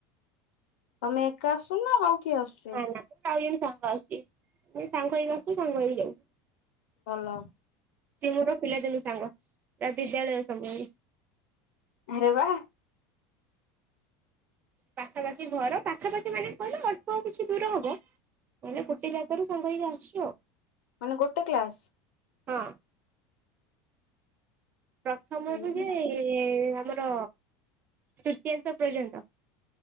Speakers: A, on the left (about 85°); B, on the right (about 30°).
A: ତୋମେ ଏକା ଆସୁ ନା ଆଉ କିଏ ଆସ
B: ନା ନା ମୋ ଆଉ ଜଣେ ସାଙ୍ଗ ଆସୁଛି, ଦି ସାଙ୍ଗ ହେଇକି ଆସୁଛୁ ସାଙ୍ଗ ହେଇକି ଯାଉ।
A: ଭଲ।
B: ସିଏ ମୋର ପିଲାଦିନୁ ସାଙ୍ଗ, ତା ବିଦ୍ୟାଳୟ ସମୟରେ।
A: ଆରେ ବା।
B: ପାଖାପାଖି ଘର ପାଖାପାଖି ମାନେ କିଲ ଅଳ୍ପ କିଛି ଦୂର ହବ। ମାନେ ଗୋଟେ ଜାଗାରୁ ସାଙ୍ଗ ହେଇକି ଆସୁଛୁ ଆଉ।
A: ମାନେ ଗୋଟେ କ୍ଲାସ୍?
B: ହଁ। ପ୍ରଥମରୁ
A: ହୁଁ
B: ଯେ ଆମର ତୃତୀୟାଂଶ ପର୍ଯ୍ୟନ୍ତ।